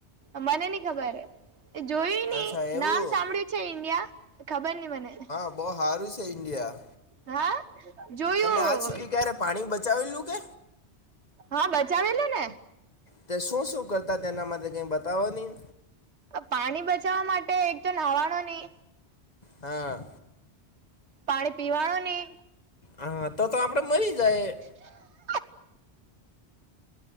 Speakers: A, on the right (about 80°); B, on the left (about 40°).
A: મને ન ખબર જોયું નહી
B: અચ્છા એવું
A: નામ સાંભળ્યું છે ઈન્ડિયા ખબર નઈ મને
B: બ સારું છે ઇન્ડિયા
A: હા જોયું
B: તમે આજ સુધી ક્યારે પાણી બચાવેલું કે
A: હા બચાવેલા ને
B: તે શું શું કરતા તેના માટે કંઈ બતાવો નહીં.
A: પાણી બચાવવા માટે એક તો નાહવાણ નહી
B: હા
A: પાણી પીવાણ નની
B: હા તો તો આપડે મરી જાય.
A: <unintelligible>